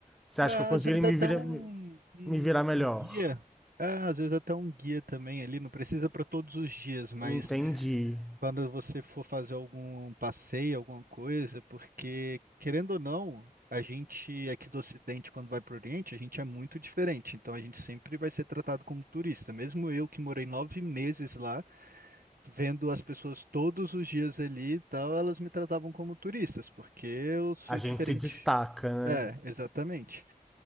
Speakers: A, in the centre; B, on the right.
A: Você
B: Ah,
A: acha que eu conseguiria
B: Às vezes
A: me
B: até
A: virar,
B: um, um,
A: me virar melhor?
B: um guia, ah, às vezes até um guia também ali, não precisa para todos os dias, mas
A: Entendi.
B: quando você for fazer algum passeio, alguma coisa, porque, querendo ou não, a gente aqui do Ocidente, quando vai para o Oriente, a gente é muito diferente. Então a gente sempre vai ser tratado como turista. Mesmo eu que morei nove meses lá, vendo as pessoas todos os dias ali e tal, elas me tratavam como turistas, porque eu sou
A: A gente
B: diferente.
A: se destaca, né?
B: É, exatamente.